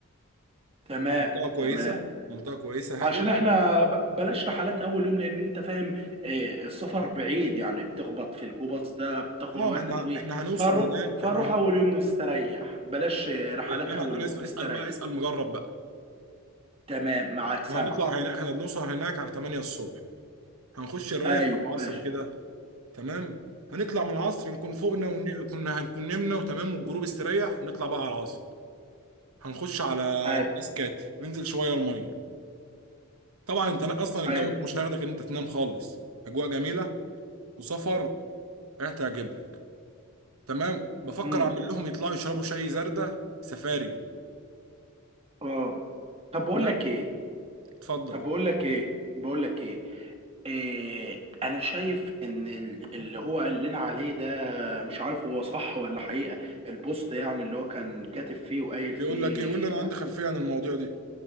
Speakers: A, on the right; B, on the right.
A: تمام
B: منطقه كويسه
A: تمام
B: منطقه كويسه
A: عشان
B: هاديه
A: احنا ب- بلاش رحلات اول يوم لان انت فاهم آه، السفر بعيد يعني بتخبط في الجوباز ده بتاخد
B: اه
A: وقت
B: ما احنا
A: طويل
B: احنا هنوصل
A: فاروح
B: هناك
A: فاروح
B: احنا هن...
A: اول يوم نستريح بلاش آه، رحلات
B: يعني انا
A: اول
B: انا
A: يوم
B: اسم... اسال
A: نستريح
B: بقى اسال مجرب بقى
A: تمام معاك سامع
B: وهنطلع هناك احنا بنوصل هناك على 8 الصبح هنخش نريح
A: ايوه
B: على العصر
A: ماشي
B: كده تمام هنطلع من العصر نكون فوقنا ون... كنا هنكون نمنا وتمام والجروب استريح نطلع بقى على العصر هنخش على
A: ايوه
B: راس كاتي ننزل شويه الميه طبعا انت هناك اصلا الجو
A: ايوه
B: هناك مش هياخدك ان انت تنام خالص اجواء جميله وسفر هتعجبك تمام بفكر
A: امم
B: اعمل لهم يطلعوا يشربوا شاي زردة سفاري
A: اه طب بقول
B: تمام
A: لك ايه
B: اتفضل
A: طب بقول لك ايه بقول لك ايه, إيه انا شايف ان ال- اللي هو قال لنا عليه مش عارف هو صح ولا حقيقة البوست يعني اللي هو كان كاتب فيه وقايل
B: بيقول
A: فيه
B: لك ايه قول لي انا عندي خلفيه عن المواضيع دي